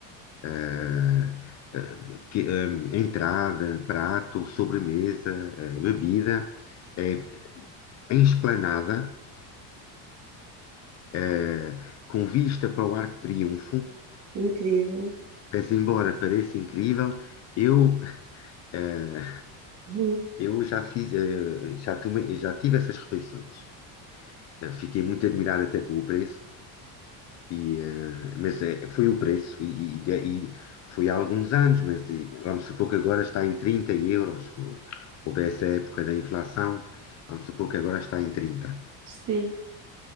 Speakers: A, on the left; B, on the right.
A: eh, eh, que, eh, entrada, prato, sobremesa, eh, bebida, eh, em esplanada, eh, com vista para o Arco de Triunfo,
B: Incrível.
A: mas embora pareça incrível, eu, eh,
B: Uhum.
A: eu já fiz, eh, já tomei, já tive essas refeições. Eh, Fiquei muito admirado até com o preço E, eh, mas eh, foi o preço, e, e- e foi há alguns anos, mas e, vamos supor que agora está em 30 euros. ou- Houve essa época da inflação, vamos supor que agora está em trinta
B: Sim.